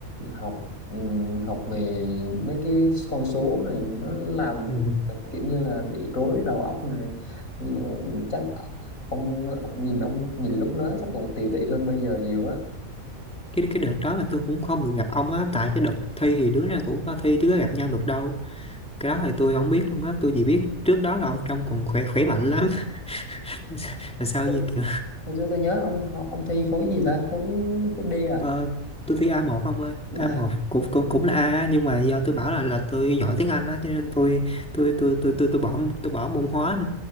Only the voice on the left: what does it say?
học ừm, học về mấy cái con số này nó làm mình
kiểu như là bị rối đầu óc này Nên là chắc ông nhìn ông nhìn lúc đó chắc còn tiều tụy hơn bây giờ nhiều á
Ờ,
hồi xưa tôi nhớ ông học ông thi khối gì ta khối khối D à
à